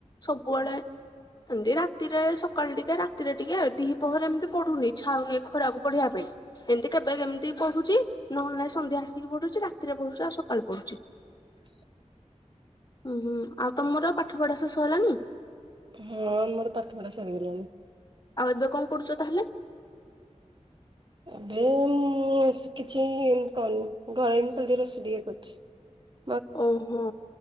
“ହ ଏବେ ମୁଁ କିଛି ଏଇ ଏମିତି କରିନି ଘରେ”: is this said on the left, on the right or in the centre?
Right